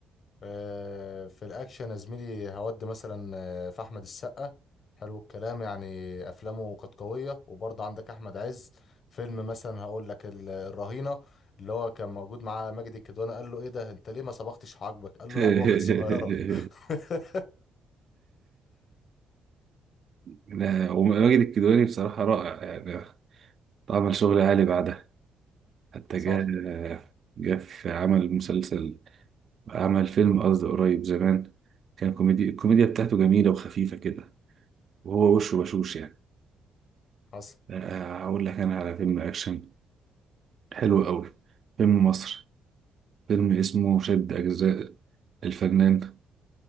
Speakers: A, on the left; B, on the right.
A: آه، في الاكشن يا زميلي هودي مثلا آه، في احمد السقا حلو الكلام يعني افلامه كانت قويه وبرضه عندك احمد عز فيلم مثلا هقول لك ال- الرهينه اللي هو كان موجود معاه ماجد الكدواني قال له ايه ده انت ليه ما صبغتش حاجبك قال
B: <laughs>
A: له العبوه كانت صغيره <laughs>
B: لا وماجد الكدواني بصراحة رائع يعني عمل شغل عالي بعدها حتى
A: صح
B: جاء جاء في عمل مسلسل عمل فيلم قصدي قريب زمان كان كوميدي الكوميديا بتاعته جميلة وخفيفة كده وهو وشه بشوش يعني
A: حصل
B: آه، آه، هقول لك أنا على فيلم أكشن حلو قوي فيلم مصر فيلم اسمه شد أجزاء الفنان